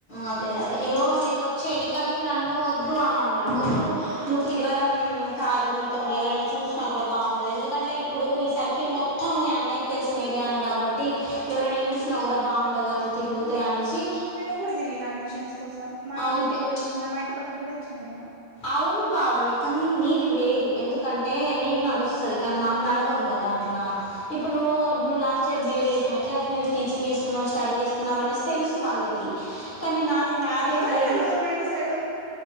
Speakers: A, on the left; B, on the right.
A: అదే అదే ఏవొ నేను వచ్చేది కానీ నన్ను వద్దు అని అన్నాడు వద్దు నువ్వు తిరగడం కాదు నీతో ఎవరైనా చూసినా కూడా బాగుండదు ఎందుకంటే ఇప్పుడు ఈ సర్కిల్ మొత్తం మీ అన్నయ్యకి తెలిసిన ఏరియానే కాబట్టి ఎవరిైన చూసినా కూడా బాగుండదు అట్లా తిరుగుతే అనేసి
B: ఇప్పుడే తిరిగిన అడ్మిషన్స్ కోసం మా ఇంటికి
A: వద్దు
B: కూడ వచ్చినా మా ఇంటి పక్కకు కూడా వచ్చినా నేను
A: అవును పావని కానీ నీది వేరు ఎందుకంటే నీకు నడుస్తది కానీ మాకు నడవదు కదా అట్లా ఇప్పుడు నువ్వు నువు లాస్ట్ ఇయర్ బీ ఎడ్ చేసినవు ఎట్లా నువ్వు టీచింగ్ చేస్తున్నావు స్టడి చేస్తున్నావు అనేసి తెలుసు వాళ్ళకి కానీ నాది మ్యరేజ్
B: ఎవరిని
A: అయింది
B: తెలవదు మా ఇంటి సైడు